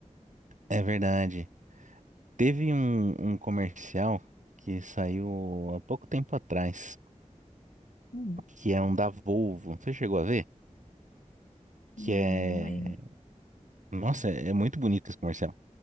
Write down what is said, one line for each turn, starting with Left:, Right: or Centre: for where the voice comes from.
Right: é verdade. Teve um, um comercial que saiu há pouco tempo atrás,
Left: Hum,
Right: que é um da Volvo. Você chegou a ver?
Left: não,
Right: Que é.
Left: não lembro.
Right: Nossa, é é muito bonito esse comercial.